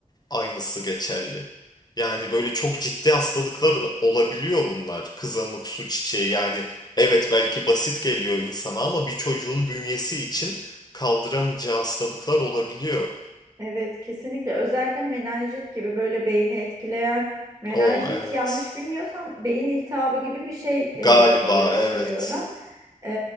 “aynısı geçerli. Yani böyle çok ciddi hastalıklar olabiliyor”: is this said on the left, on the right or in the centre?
Left